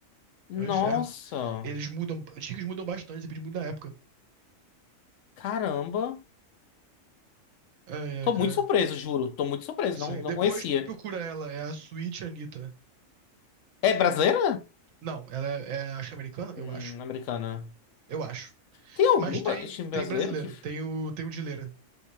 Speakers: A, on the left; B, on the right.
A: Nossa,
B: É um inferno. Eles mudam. Os tickets mudam bastante, depende muito da época.
A: caramba.
B: Ai, ai,
A: Tô
B: cara.
A: muito surpreso, juro. Tô muito surpreso,
B: Sim.
A: não, não
B: Depois
A: conhecia.
B: procura ela. É a Sweet Anitta.
A: É brasileira?
B: Não, ela é, é acho que é americana? Eu
A: Hum,
B: acho.
A: americana.
B: Eu acho.
A: Tem algum
B: Mas tem,
A: ba- time brasileiro
B: tem brasileiro.
A: que.
B: Tem o, tem o Dileira.